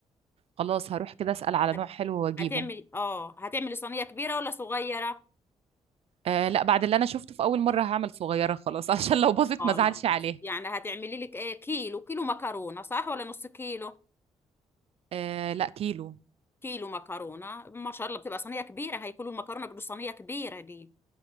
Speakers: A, on the right (about 60°); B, on the left (about 20°).
A: خلاص هروح كده اسال على
B: هت-
A: نوع حلو واجيبه
B: هتعمل اه هتعملي صينية كبيرة ولا صغيرة
A: آه لا بعد اللي انا شفته في اول مره هعمل صغيره خلاص <laughs> عشان لو باظت
B: خلاص
A: ما ازعلش عليها
B: يعني هتعملي لك ايه كيلو كيلو مكرونة صح ولا نص كيلو
A: آه لا كيلو
B: كيلو مكرونه ما شاء الله بتبقى صينيه كبيره هيكلوا المكرونه بتبقى صينيه كبيره دي